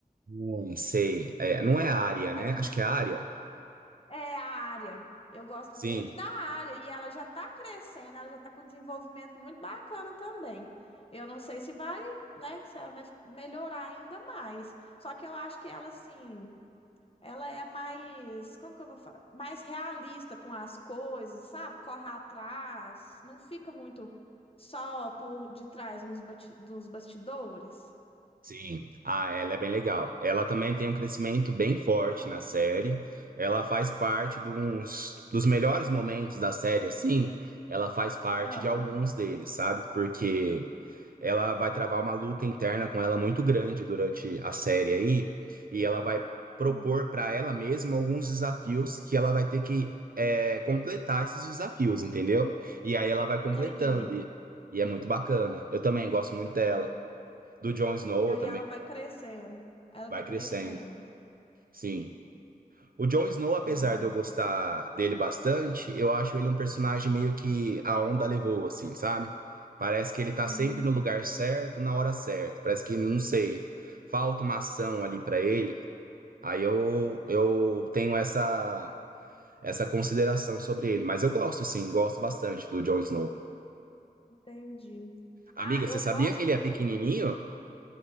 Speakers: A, on the right; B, on the left.
A: Hum, sei. É, não é a Arya, né?
B: A
A: Acho que é a Arya.
B: É a área. Eu gosto
A: Sim.
B: muito da área e ela já está crescendo, ela já está com desenvolvimento muito bacana também. Eu não sei se vai, né, se ela vai melhorar ainda mais. Só que eu acho que ela, assim, ela é mais, como que eu vou falar? Mais realista com as coisas, sabe? Corre atrás, não fica muito só por detrás nos bati- dos bastidores.
A: Sim, ah, ela é bem legal. Ela também tem um crescimento bem forte na série. Ela faz parte de uns- dos melhores momentos da série, assim. Ela faz parte
B: Ah,
A: de alguns deles, sabe? Porque ela vai travar uma luta interna com ela muito grande durante a série aí. E ela vai propor
B: ah,
A: para ela mesma alguns desafios que ela vai ter que é, completar esses desafios, entendeu? E aí ela vai
B: entendi.
A: completando. E, e é muito bacana. Eu também gosto muito dela.
B: Ah,
A: Do Jon Snow
B: e daí
A: eu também
B: ela vai crescendo, ela
A: Vai
B: vai
A: crescendo,
B: crescendo.
A: sim. O Jon Snow, apesar
B: Ah,
A: de
B: não.
A: eu gostar dele bastante, eu acho ele um personagem meio que a onda levou, assim, sabe? Parece que ele tá
B: Hum,
A: sempre no lugar certo, na hora certa. Parece que, não sei, falta uma ação ali pra ele. Aí eu, eu tenho essa, essa consideração sobre ele. Mas eu gosto, sim, gosto bastante do Jon Snow.
B: Entendi.
A: Amiga,
B: Ah,
A: você
B: eu
A: sabia
B: gosto
A: que ele
B: muito.
A: é pequenininho?